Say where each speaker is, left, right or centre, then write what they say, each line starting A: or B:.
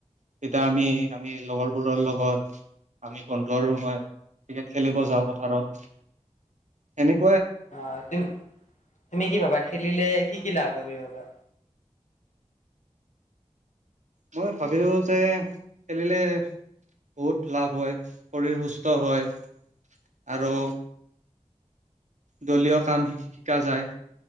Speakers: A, on the right; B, on the left.
A: তেতিয়া আমি আমি লগৰবোৰৰ লগত আমি বন্ধু আৰু মই ক্ৰিকেট খেলিব যাওঁ পথাৰত সেনেক
B: অ তুম তুমি কি ভাবা খেলিলে কি কি লাভ হয় ভাবা
A: মই ভাবিলো যে খেলিলে বহুত লাভ হয় শৰীৰ সুস্থ হয় আৰু দলীয় কাম শিকা যায়।